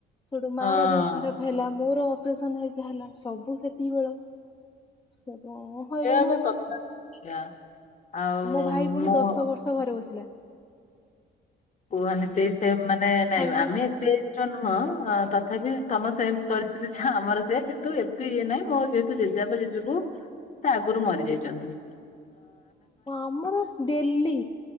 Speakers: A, on the left; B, on the left.
A: ସେଟୁ ମା
B: ହଁ
A: ର ଦେହ ଖରାପ ହେଲା ମୋର ଅପରେସନ ହେଇ ହେଲାଣି ସବୁ ସେତିକି ବେଳ ସବୁ ହଇରାଣ
B: ସେଇଆ ପା କଥା। ସେଇଆ। ଆଉ
A: ମୋ ଭାଇ ପୁଣି
B: ମୁଁ
A: ଦଶ ବର୍ଷ ଘରେ ବସିଲା।
B: କୁହନି ସେ ସେ ମାନେ ନାଇଁ
A: ଖାଲି
B: ଆମେ ଏତେ ନୁହଁ ତଥାପି ତମ ସେମ ପରିସ୍ଥିତି ଆମର ସେ କିନ୍ତୁ ଏତେ ଇଏ ନାହିଁ ମୋ ଯେହେତୁ ଜେଜେବାପା ଯିବୁ ସେ ଆଗରୁ ମରିଯାଇଛନ୍ତି।
A: ଆମର ଡେଲି